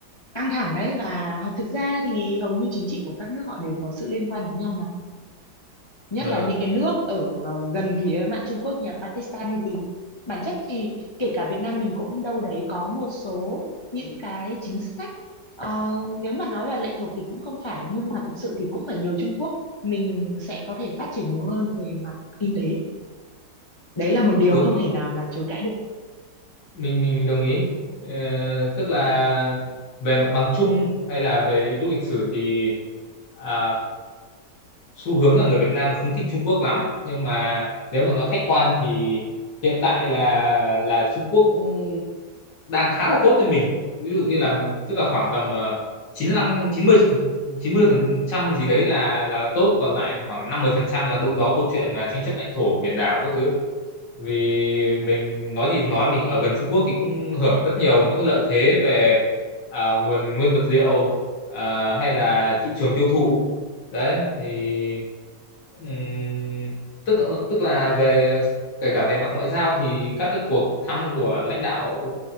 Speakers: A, on the left; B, on the left.
A: căng thẳng đấy và họ- thực ra thì hầu như chính trị của các nước họ đều có sự liên quan đến nhau mà. Nhất
B: Ờ,
A: là những cái nước ở ờ, gần phía mạn Trung Quốc như là Pakistan hay gì. Bản chất thì kể cả Việt Nam mình cũng đâu đấy có một số những cái chính sách ờ, nếu mà nói là lệ thuộc thì cũng không phải nhưng mà thực sự thì cũng phải nhờ Trung Quốc mình sẽ có thể phát triển nhiều hơn về mặt kinh tế. Đấy là một điều
B: đúng.
A: không thể nào mà chối cãi được.
B: mình mình đồng ý Ờ, tức là về mặt bằng chung hay là về yếu tố lịch sử thì à, xu hướng là người Việt Nam là không thích Trung Quốc lắm nhưng mà nếu mà nói khách quan thì hiện tại là là Trung Quốc cũng đang khá là tốt với mình ví dụ như là tức là khoảng tầm ờ, chín lăm chín mươi chín mươi phần trăm gì đấy là là tốt còn lại khoảng 50 phần trăm là đâu đó câu chuyện mà tranh chấp lãnh thổ biển đảo các thứ vì mình nói gì thì nói mình ở gần Trung Quốc thì cũng hưởng rất nhiều những lợi thế về à, nguồn nguyên vật liệu à, hay là thị trường tiêu thụ đấy thì ừm, tức tức là về kể cả về mặt ngoại giao thì các cái cuộc thăm của lãnh đạo